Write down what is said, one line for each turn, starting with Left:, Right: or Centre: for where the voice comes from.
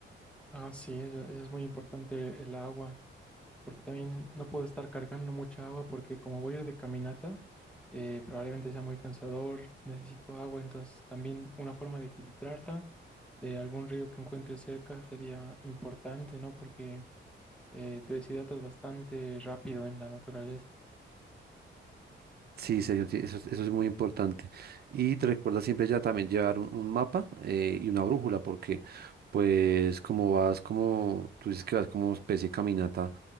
Centre: Ah, sí, eso, eso es muy importante, el, el agua. porque también no puedo estar cargando mucha agua porque como voy a ir de caminata, eh, probablemente sea muy cansador, necesito agua, entonces también una forma de filtrarla de algún río que encuentre cerca sería importante, ¿no? Porque eh, te deshidratas bastante rápido en la naturaleza.
Right: Sí, serio, sí, eso, es- eso es muy importante. Y te recuerda siempre ya también llevar un, un mapa eh, y una brújula, porque pues como vas como, tú dices que vas como especie de caminata,